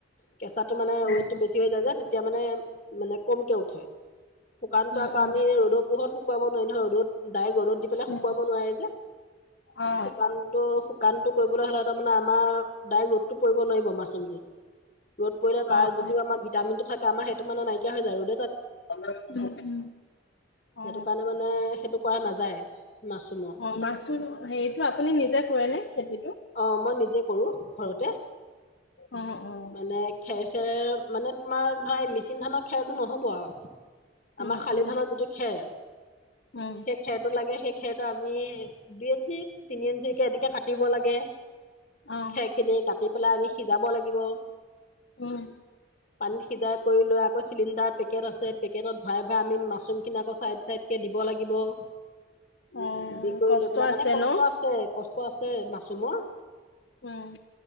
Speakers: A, on the left (about 40°); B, on the left (about 60°).
A: কেঁচাটো মানে
B: উম
A: ৱেইটটো বেছি হৈ যায় যে। এতিয়া মানে মানে কমকে উঠে, শুকানটো
B: উম
A: আকৌ
B: উম
A: আমি ৰ'দত। ত শুকুৱাব নোৱাৰি নহয় ৰ'দত। দাইক ৰ'দত দি পেলাই শুকুৱাব
B: উম
A: নোৱাৰে যে,
B: অ
A: শুকানতো শুকানটো কৰিবলৈ হ'লে তামানে আমাৰ ডাইৰেক ৰ'দটো পৰিব নোৱাৰিব মাছৰুমটোত। ৰ'দ পৰিলে তাৰ
B: অ
A: যিটো
B: অ
A: আমাৰ ভিটামিনটো থাকে আমাৰ সেইটো মানে নাইকিয়া হৈ যায় আৰু
B: উম উম
A: সেইটো
B: অ
A: কাৰণে মানে সেইটো কৰা নাযায় মাছৰুমৰ।
B: অ মাছৰুম হেৰিটো আপুনি নিজে কৰে নে খেতি
A: অ মই নিজে কৰোঁ ঘৰতে
B: অ অ
A: মানে খেৰ চেৰ মানে তোমাৰ ধৰা এ মেচিন ধানৰ খেৰটো নহ'ব আৱ আমাৰ
B: উম
A: শালি
B: উম
A: ধানৰ যিটো খেৰ
B: উম
A: সেই খেৰটো লাগে সেই খেটো আমি দুই ইঞ্চি তিনি ইঞ্চি কে এনেকে কাটিব লাগে গে
B: অ
A: খেৰ খিনি কাটি টি পেলাই আমি সিজাব লাগিব
B: উম
A: পানীত সিজাই কৰি লৈ আকৌ চিলিণ্ডাৰ পেকেট আছে পেকেটত ভৰাই ভৰাই আমি মাছৰুম খিনি আকৌ চাই চাইডে দিব লাগিব ।
B: অ
A: বি কৰি
B: কষ্ট
A: লৈ পেলাই
B: আছে
A: মানে কষ্ট
B: ন
A: আছে কষ্ট আছে মা চোম ।
B: উম